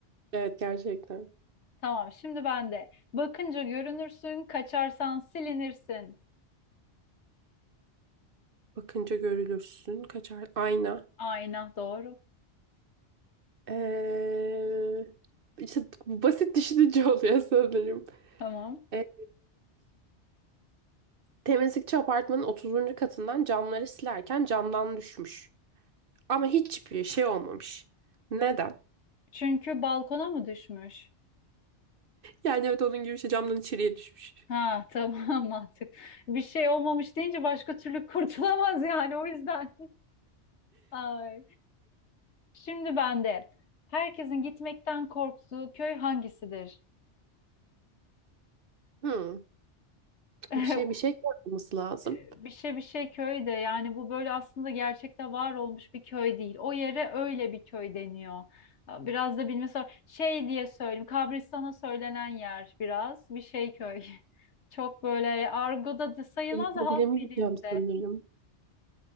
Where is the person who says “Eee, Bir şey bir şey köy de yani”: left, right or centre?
Left